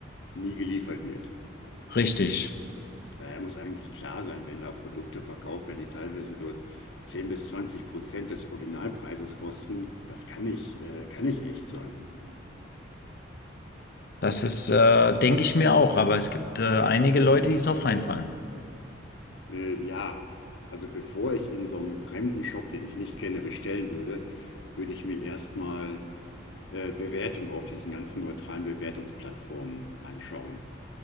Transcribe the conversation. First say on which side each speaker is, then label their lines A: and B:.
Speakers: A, on the left (about 70°); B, on the left (about 50°).
A: nie geliefert wird.
B: Richtig.
A: Naja, muss eigentlich klar sein, wenn da Produkte verkauft werden, die teilweise nur 10 bis 20 Prozent des Originalpreises kosten. Das kann nicht, äh, kann nicht echt sein.
B: Das
A: Das
B: ist,
A: ist,
B: äh, denke ich mir auch, aber es gibt äh, einige Leute, die drauf reinfallen.
A: äh, ja, also bevor ich in so einem fremden Shop, den ich nicht kenne, bestellen würde, würde ich mir erstmal äh, Bewertungen auf diesen ganzen neutralen Bewertungsplattformen anschauen.